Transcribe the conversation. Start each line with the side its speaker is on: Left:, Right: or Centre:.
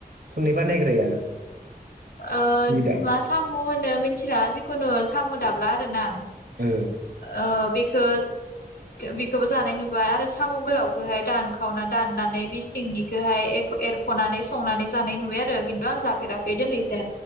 Right: सुनै बानायग्राया
Left: ओ
Right: बियो
Left: बे
Right: दा
Left: मा सामु होनो मिथिला जिखुनु सामु दाबला आरो ना
Right: ओ
Left: ओ बेखो बेखौबो जानाय नुबाय आरो सामु गोलावखौहाय दानखावना दाननानै बे सिंनिखोहाय एरख'नानै संनानै जानाय नुबाय आरो खिन्थु आं जाफेराखै दोनै